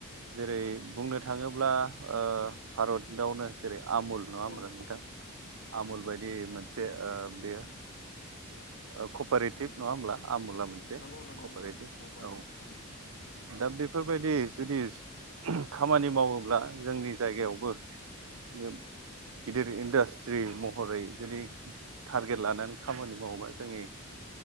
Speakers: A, on the right; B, on the left.
A: जेरै
B: नंगौ
A: बुंनो थाङोब्ला ओ भारतावनो जेरै आमुल नङा ओमना
B: औ
A: नोंथां। आमुल बायदि मोनसे ओ बेयो ओ‌ कपारेटिप
B: नंगौ
A: नङा ओमब्ला? आमुला मोनसे
B: नंगौ नंगौ
A: कभारटिप
B: नोंथां कपारेटिभ
A: औ दा बेफोरबायदि जुदि खामानि मावोब्ला जोंनि जायगायावबो गिदिर इन्डास्ट्रि महरै जुदि टारगेट लानानै खामानि मावोबा जोंनि